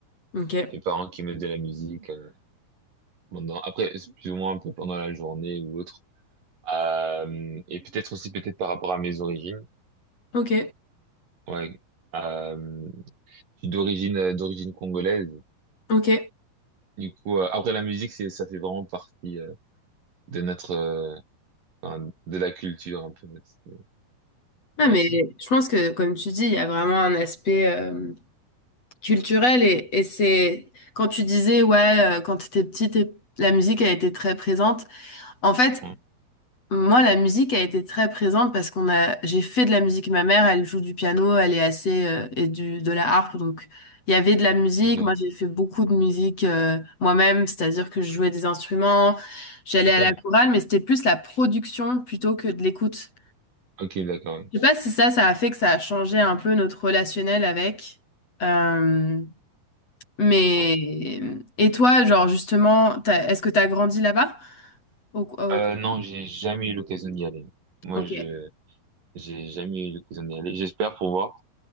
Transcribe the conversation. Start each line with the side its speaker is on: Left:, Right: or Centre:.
Left: ok,
Right: Mes parents qui mettent de la musique, euh, pendant, après, c'est plus ou moins un peu pendant la journée ou autre. Euh, et peut-être aussi peut-être par rapport à mes origines.
Left: ok,
Right: Ouais. Euh, je suis d'origine euh, d'origine congolaise.
Left: ok.
Right: Du coup, euh, après la musique, c'est ça fait vraiment partie euh, de notre euh, enfin, de la culture un peu. C'est-
Left: Ouais,
Right: Ouais,
Left: mais
Right: c'est-
Left: je pense que, comme tu dis, il y a vraiment un aspect euh, culturel et, et c'est quand tu disais, ouais, euh, quand tu étais petite, la musique a été très présente. En fait,
Right: ouais,
Left: Moi, la musique a été très présente parce qu'on a, j'ai fait de la musique. Ma mère, elle joue du piano, elle est assez, euh, et du, de la harpe. Donc, il y avait de la musique.
Right: ok,
Left: Moi, j'ai fait beaucoup de musique, euh, moi-même. C'est-à-dire que je jouais des instruments, j'allais
Right: ok,
Left: à la chorale, mais c'était plus la production plutôt que de l'écoute.
Right: ok, d'accord. ouais.
Left: Je sais pas si ça, ça a fait que ça a changé un peu notre relationnel avec. Euh, mais,
Right: Ouais.
Left: et toi, genre, justement, t'as- est-ce que t'as grandi là-bas? Au- au-
Right: Euh, non, j'ai jamais eu l'occasion d'y aller. Moi,
Left: ok.
Right: je j'ai jamais eu l'occasion d'y aller. J'espère pour voir